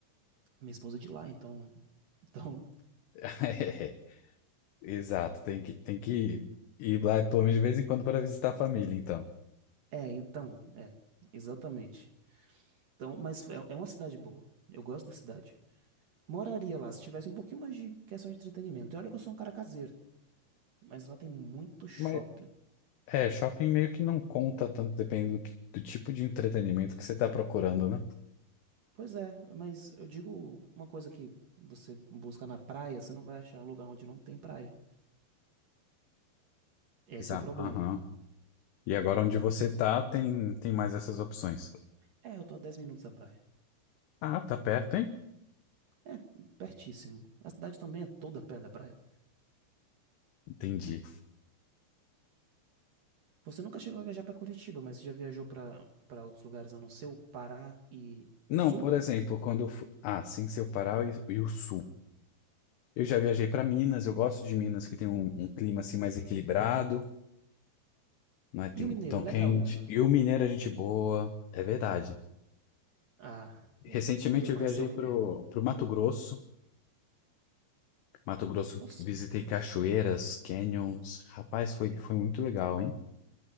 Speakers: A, on the right; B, on the left.
A: minha esposa é de lá, então. <laughs> Então.
B: <laughs> É, Exato. Tem que, tem que ir lá pelo menos de vez em quando para visitar a família, então.
A: É, então. É, exatamente. Então, mas é, é uma cidade boa. Eu gosto da cidade. Moraria lá se tivesse um pouquinho mais de questão de entretenimento. E olha que eu sou um cara caseiro, mas lá tem muito shopping.
B: Mas é, shopping meio que não conta tanto, dependendo do, que- do tipo de entretenimento que você tá procurando, né?
A: Pois é, mas eu digo uma coisa que você busca na praia, você não vai achar lugar onde não tem praia. Esse
B: Exato.
A: é o problema.
B: Aham. E agora onde você tá, tem, tem mais essas opções.
A: É, eu tô a 10 minutos da praia.
B: Ah, tá perto, hein?
A: É pertíssimo. A cidade também é toda perto da praia.
B: Entendi.
A: Você nunca chegou a viajar pra Curitiba, mas você já viajou pra para outros lugares a não ser o Pará e
B: Não,
A: o Sul?
B: por
A: que-
B: exemplo, quando eu fui. Ah, sim, seu Pará e, e o Sul. Eu já viajei para Minas, eu gosto de Minas que tem um, um clima assim mais equilibrado, não é tem-
A: E o Mineiro
B: tão
A: é
B: quente.
A: legal mesmo, né?
B: E o mineiro é gente boa, é verdade.
A: Ah,
B: Recentemente
A: queria
B: eu
A: conhecer
B: viajei
A: o Mineiro.
B: pro, pro Mato Grosso. Mato Grosso
A: Nossa,
B: visitei
A: Mato Grosso.
B: cachoeiras, canyons. Rapaz, foi, foi muito legal, hein?